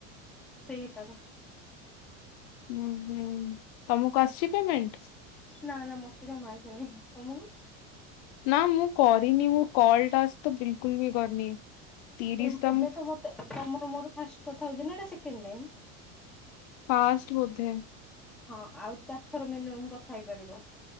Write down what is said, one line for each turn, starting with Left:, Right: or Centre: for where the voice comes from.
Centre: ସେଇଟାର।
Left: ହୁଁ। ହୁଁ ତମକୁ ଆସିଛି ପେମେଣ୍ଟ?
Centre: ନା ନା ମତେ ଜମା ଆସିନି। ତମକୁ?
Left: ନା ମୁଁ କରିନି ମୋ କଲ ଟା ତ ବିଲକୁଲ ବି କରିନି ତିରିଶଟା
Centre: ଏ ଏବେ
Left: ମୁଁ
Centre: ତ ମତେ ତମର ମୋର ଫାଷ୍ଟ କଥା ହଉଛେ ନା ଏଟା ସେକଣ୍ଡ ଟାଇମ୍?
Left: ଫାଷ୍ଟ ବୋଧେ
Centre: ହଁ ଆଉ ଚାରି ଥର ମିନିମମ୍ କଥା ହେଇପାରିବ।